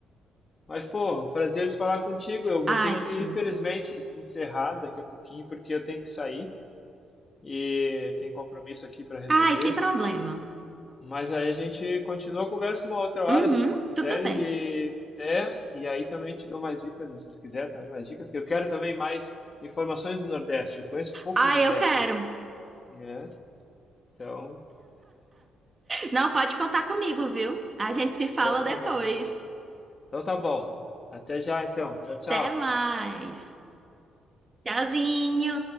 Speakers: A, on the left (about 35°); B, on the right (about 25°).
A: Mas, pô, prazer em falar contigo. Eu vou
B: Ai,
A: ter que,
B: sim.
A: infelizmente, encerrar daqui a pouquinho, porque eu tenho que sair e tem compromisso aqui para resolver.
B: Ai, sem problema.
A: Mas aí a gente continua a conversa uma outra hora,
B: Uhum,
A: se tu quiseres,
B: tudo bem.
A: e é, e aí também te dou mais dicas, se tu quiser também mais dicas, que eu quero também mais informações do Nordeste. Eu conheço pouco
B: Ai,
A: o Nordeste,
B: eu quero.
A: né? Então,
B: Não, pode contar comigo, viu? A gente se fala
A: então tá
B: depois.
A: bom. Então tá bom. Até já, então. Tchau, tchau.
B: Até mais. Tchauzinho.